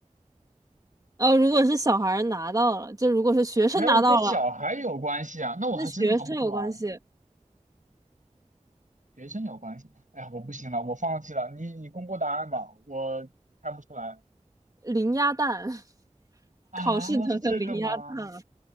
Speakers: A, on the right; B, on the right.
A: 呃，如果是小孩儿拿到了，就如果是学生拿到了，
B: 还有跟小孩有关系啊？那我还真答不出来了
A: 跟学生有关系，
B: 学生有关系？哎呀，我不行了，我放弃了。你你公布答案吧，我猜不出来。
A: 零鸭蛋，<laughs>
B: 啊，
A: 考试得的零鸭蛋了。
B: 是这个吗？